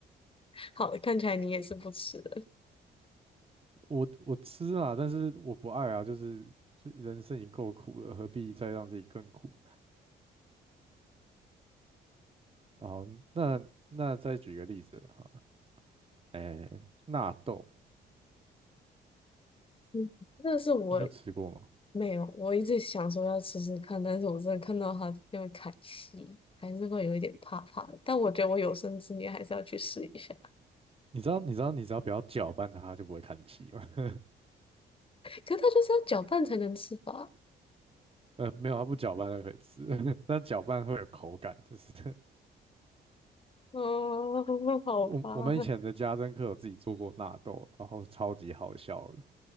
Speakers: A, on the left; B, on the right.
A: 好，看起来你也是不吃的。
B: 我我吃啊，但是我不爱啊，就是就人生已经够苦了，何必再让自己更苦？好，那那再举个例子哈，哎，纳豆，
A: 嗯，那是我
B: 你有吃过吗？
A: 没有，我一直想说要吃吃看，但是我真的看到他那么砍戏，还是会有一点怕怕的。但我觉得我有生之年还是要去试一下。
B: 你知道你知道你只要不要搅拌它，它就不会看稀吗？<laughs>
A: 可是它就是要搅拌才能吃吧？
B: 呃，没有，它不搅拌就可以吃，<laughs> 但搅拌会有口感，就是
A: 啊，<laughs>
B: <laughs>
A: 好吧，
B: 我我们以前的家政课有自己做过纳豆，然后超级好笑的，